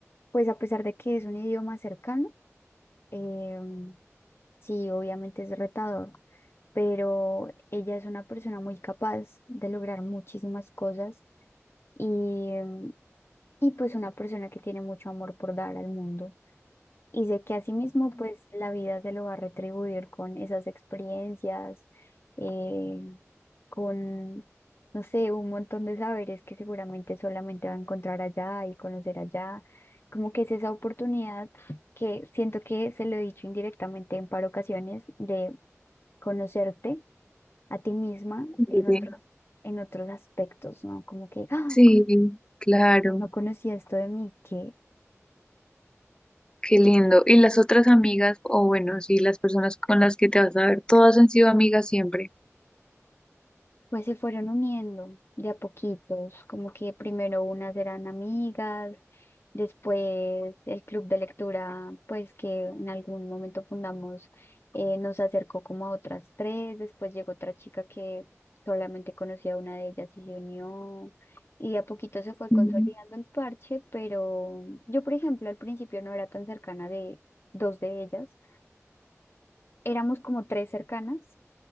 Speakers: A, on the left; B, on the left.
A: pues a pesar de que es un idioma cercano, eh, sí, obviamente es retador, pero ella es una persona muy capaz de lograr muchísimas cosas. Y y pues una persona que tiene mucho amor por dar al mundo. Y sé que asimismo pues la vida se lo va a retribuir con esas experiencias, eh, con, no sé, un montón de saberes que seguramente solamente va a encontrar allá y conocer allá. Como que es esa oportunidad que siento que se lo he dicho indirectamente en par ocasiones de conocerte a ti misma
B: sí,
A: en
B: sí,
A: otros, en otros aspectos, ¿no? Como que, ah,
B: Sí, claro.
A: no conocía esto de mí, que...
B: Qué lindo. ¿Y las otras amigas, o bueno, sí, las personas con las que te vas a ver, todas han sido amigas siempre?
A: Pues se fueron uniendo de a poquitos, como que primero unas eran amigas, después el club de lectura, pues que en algún momento fundamos, eh, nos acercó como a otras tres, después llegó otra chica que solamente conocía a una de ellas y se unió, y de a poquito se fue consolidando
B: Ujú.
A: el parche, pero yo, por ejemplo, al principio no era tan cercana de dos de ellas, éramos como tres cercanas.